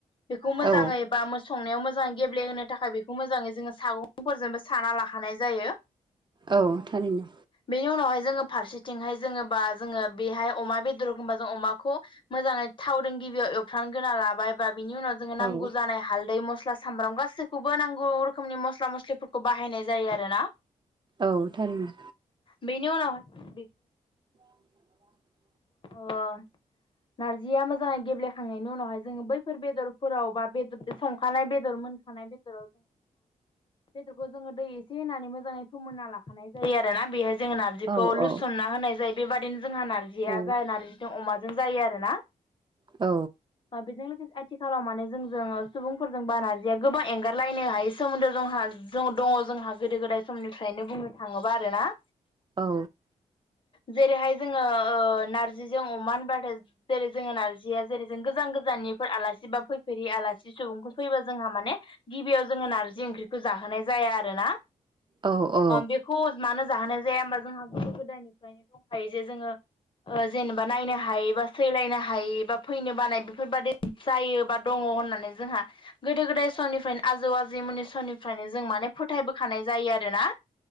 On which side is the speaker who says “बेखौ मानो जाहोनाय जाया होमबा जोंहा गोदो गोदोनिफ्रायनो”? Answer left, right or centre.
Left